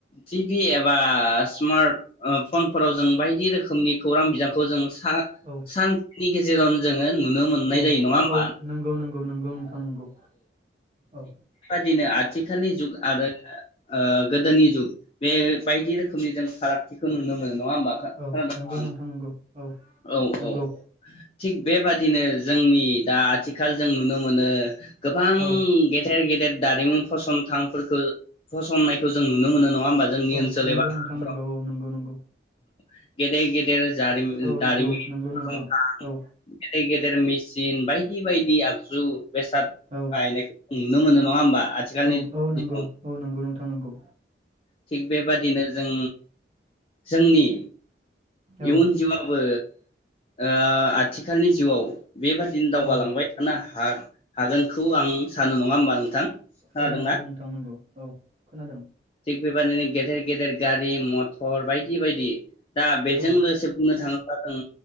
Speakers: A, on the left; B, on the right.
A: टिभि एबा स्मार्ट ओ फनफोराव जों बायदि रोखोमनि खौरां बिजोंखौ जों सा-सान
B: औ
A: नि गेजेरावनो जोङो नु नुनो मोननाय
B: औ
A: जायो नङा होन
B: औ नंगौ नंगौ नंगौ नोंथां नंगौ औ।
A: निनो आथि आथिखालनि जुग आरो ओ गोदोनि जुग बे बायदि रोखोमनि जों फारागथिखौ नुनो मोनो नङा होमबा खो
B: औ
A: खोनादों
B: नंगौ
A: आं
B: नोंथां नंगौ औ
A: औ औ
B: नंगौ
A: औ थिग बेबादिनो जोंनि दा आथिखाल जों नुनो मोनो गोबां
B: औ
A: गेदेर गेदेर दारिमिन फसंथानफोरखौ फसंनायखौ जों नुनो मोनो नङा होमबा जोंनि
B: औ
A: ओनसोल
B: नंगौ
A: एबा
B: नोंथां नंगौ औ नंगौ नंगौ
A: <unintelligible> गेदेर गेदेर जारि
B: औ
A: दारिमिन
B: नंगौ
A: गेदेर
B: नंगौ नोंथां औ
A: गेदर गेदेर मेसिन बायदि बायदि आगजु बेेसाद
B: औ
A: बाय नुनो मोन नङा होमबा आथिखालनि
B: औ
A: दिनाव।
B: औ नंगौ औ नंगौ नोंथां नंगौ
A: थिग बेबादिनो जों जोंनि
B: औ
A: इउन जिउआवबो ओ आथिखालनि जिउआव बेबादिनो दावगालांबाय
B: औ
A: थाना हा हागोनखौ आं सानो नङा होमबा नोंथां खोनादोंना?
B: औ नंगौ नोंथां नंगौ औ खोनादों
A: बेबायदिनो गेदेर गेदेर गारि मथर बायदि बायदि दा
B: औ
A: जों लोगोसे बुंनो थाङोब्ला जों